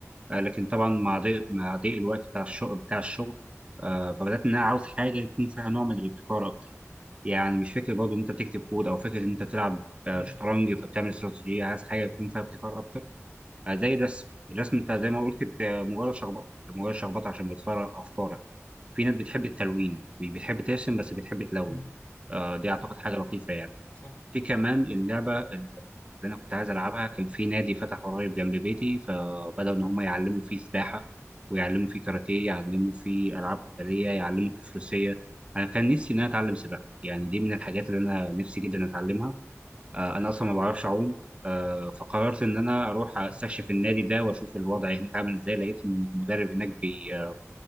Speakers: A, on the right; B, on the left.
A: آه لكن طبعا مع ضيق مع ضيق الوقت بتاع الشغل بتاع الشغل آه فبدات ان انا عاوز حاجه يكون فيها نوع من الابتكار اكتر يعني مش فكره برضه ان انت بتكتب كود او فكره ان انت تلعب آه
B: امم
A: شطرنج فبتعمل استراتيجيه عايز حاجه يكون فيها ابتكار اكتر آه زي الرسم الرسم انت زي ما قلت بت- مجرد شخبطه مجرد شخبطه عشان بتفرغ افكارك في ناس بتحب التلوين مش بتحب ترسم بس بتحب تلون
B: امم
A: آه دي اعتقد حاجه لطيفه يعني
B: صح
A: في كمان اللعبة اللي أنا كنت عايز ألعبها كان في نادي فتح قريب جنب بيتي فبدأوا إن هم يعلموا فيه سباحة ويعلموا فيه كاراتيه يعلموا فيه ألعاب قتالية يعلموا فيه فروسية أنا كان نفسي إن أنا أتعلم سباحة يعني دي من الحاجات اللي أنا نفسي جدا أتعلمها آه، أنا أصلا ما بعرفش أعوم آه، فقررت إن أنا أروح
B: <laughs>
A: أستكشف النادي ده وأشوف الوضع هناك عامل إزاي لقيت إن المدرب هناك بي-